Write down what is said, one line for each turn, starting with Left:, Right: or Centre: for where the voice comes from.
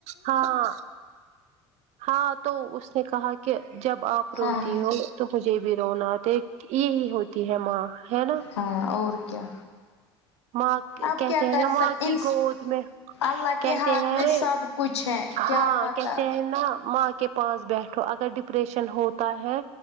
Right: ہاں ہاں تو اس نے کہا کہ جب آپ روتی
Left: ہاں
Right: ہو تو مجھے بھی رونا آتا ہے تو یہی ہوتی ہے ماں ہے نا
Left: ہاں اور کیا
Right: ماں
Left: اب
Right: کہتے
Left: کیا کر
Right: ہیں
Left: سک
Right: ماں کی
Left: ان
Right: گود میں
Left: اللہ کے
Right: کہتے
Left: ہاتھ
Right: ہیں
Left: میں
Right: نی
Left: سب کچھ ہے کیا
Right: ہاں
Left: پتا
Right: کہتے ہے نا ماں کے پاس بیٹھو اگر ڈپریشن ہوتا ہے